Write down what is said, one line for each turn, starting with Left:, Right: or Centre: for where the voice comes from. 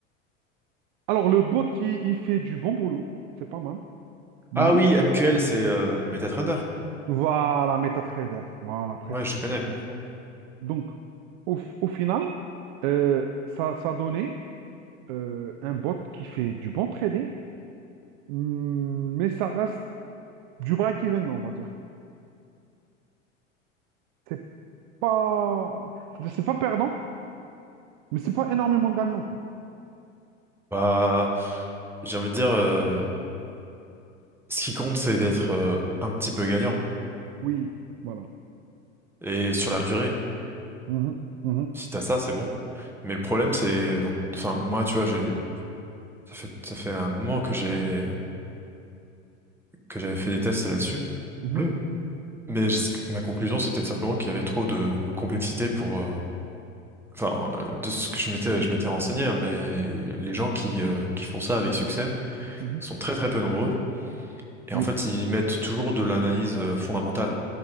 Right: Alors le bot, il, il fait du bon boulot, c'est pas mal. Mais
Centre: Ah oui, MQL, c'est euh, MetaTrader.
Right: voilà, MetaTrader, voilà, presque.
Centre: Ouais, je connais.
Right: Donc au, f- au final, euh, ça, ça a donné euh, un bot qui fait du bon trading. Hmm, Mais ça reste du break-even, on va dire. C'est pas, c'est pas perdant, mais c'est pas énormément gagnant, quoi.
Centre: Bah, j'ai envie de dire, euh, Ce qui compte, c'est d'être euh, un petit peu gagnant.
Right: Oui, voilà.
Centre: Et sur la durée,
Right: Mhm, mhm,
Centre: si t'as ça, c'est bon. Mais le problème, c'est, dans- enfin, moi, tu vois, j'ai, ça fait, ça fait un moment que j'ai, que j'avais fait des tests là-dessus.
Right: mhm,
Centre: Oui. Mais je- ma conclusion, c'était simplement qu'il y avait trop de complexité pour, euh, enfin, euh, de ce que je m'étais, je m'étais renseigné, hein, mais les gens qui, euh, qui font ça avec succès
Right: mhm.
Centre: sont très très peu nombreux. Et
Right: Oui,
Centre: en fait, ils mettent toujours de l'analyse euh, fondamentale.